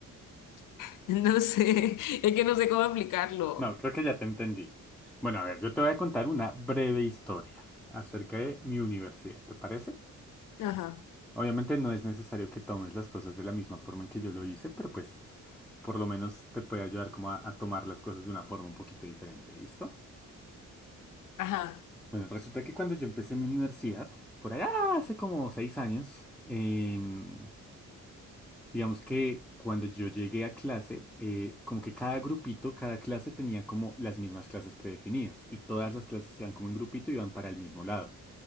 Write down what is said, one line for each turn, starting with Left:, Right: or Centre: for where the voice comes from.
Left: <laughs> no sé, es que no sé cómo explicarlo.
Centre: No, creo que ya te entendí. Bueno, a ver, yo te voy a contar una breve historia acerca de mi universidad, ¿te parece?
Left: Ajá,
Centre: Obviamente no es necesario que tomes las cosas de la misma forma en que yo lo hice, pero pues por lo menos te puede ayudar como a, a tomar las cosas de una forma un poquito diferente, ¿listo?
Left: ajá,
Centre: Bueno, resulta que cuando yo empecé mi universidad, por allá hace como seis años, em, digamos que cuando yo llegué a clase, eh, como que cada grupito, cada clase tenía como las mismas clases predefinidas y todas las clases iban como en grupito y iban para el mismo lado.